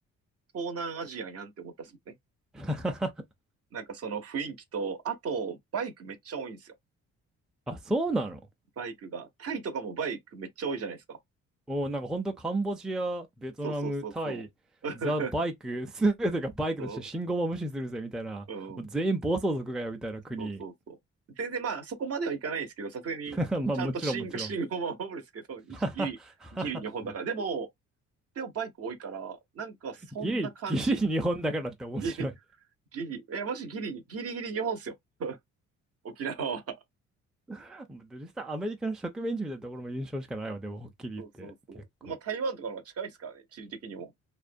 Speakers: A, on the right; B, in the centre.
A: 東南アジアやんって思ったっすもんね。
B: <laughs>
A: なんかその雰囲気と、あと、バイクめっちゃ多いんですよ。
B: あ、そうなの
A: バイクが。タイとかもバイクめっちゃ多いじゃないですか。
B: おーなんか本当カンボジア、ベトナム、
A: そうそうそうそう。
B: タイ、
A: <laughs>
B: ザ・バイク、<laughs> すべてがバイクとして信号も無視するぜみたいな、
A: そう、
B: もう全員暴走族がよみたいな国。
A: うん、そうそうそう。全然まあ、そこまではいかないんですけど、さすがに、
B: <laughs> まあもちろんもちろん。
A: ちゃんと信号、信号も守るんですけど、一ギリ、
B: <laughs>
A: ギリ日本だから。でも、でもバイク多いから、なんかそんな感じ
B: ギリ、ギリ日本だからって面白い。
A: ギリ、ギリ、え、もしギリ、ギリギリ日本っすよ。沖縄は。
B: <laughs> もう実際アメリカの植民地みたいなところも印象しかないわ、でもはっきり言って。
A: そうそうそう。
B: 結構。
A: まあ、台湾とかの方が近いですからね、地理的にも。